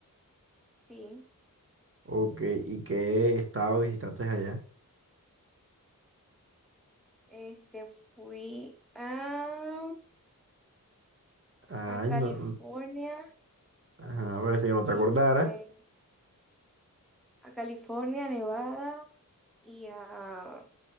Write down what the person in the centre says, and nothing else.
Sí,
este, fui a,
a California,
este,
a California, Nevada y a